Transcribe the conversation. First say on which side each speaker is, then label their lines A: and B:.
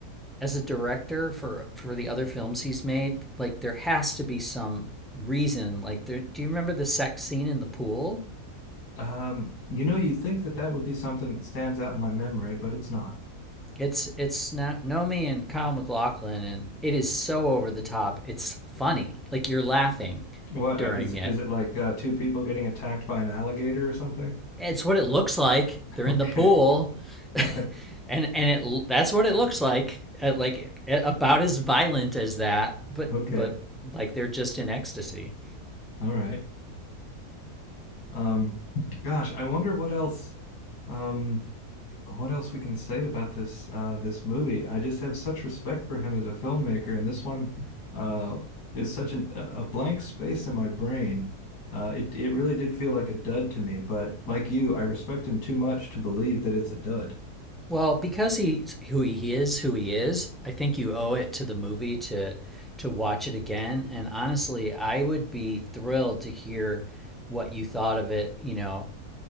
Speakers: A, in the centre; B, on the left.
A: as a director for for the other films he's made, like there has to be some reason. Like, there, do you remember the sex scene in the pool?
B: Um, you know, you'd think that that would be something that stands out in my memory, but it's not.
A: It's it's not Nomi and Kyle MacLachlan, and it is so over the top. It's funny. Like you're laughing
B: What
A: during
B: uh, is is
A: it.
B: it like uh, two people getting attacked by an alligator or something? <laughs>
A: It's what it looks like. They're in
B: Okay.
A: the pool, <laughs>
B: All right.
A: and and it that's what it looks like. Uh, Like about as violent as that, but
B: Okay.
A: but like they're just in ecstasy.
B: All right. Um, gosh, I wonder what else, um, what else we can say about this uh, this movie. I just have such respect for him as a filmmaker, and this one uh, is such an, a blank space in my brain. Uh, it it really did feel like a dud to me, but like you, I respect him too much to believe that it's a dud.
A: Well, because he's who he is, who he is, I think you owe it to the movie to to watch it again. And honestly, I would be thrilled to hear what you thought of it, you know,